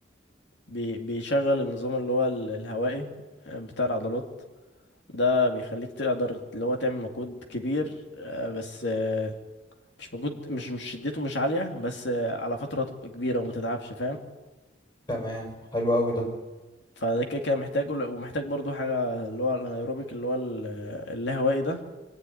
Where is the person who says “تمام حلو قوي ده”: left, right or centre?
Left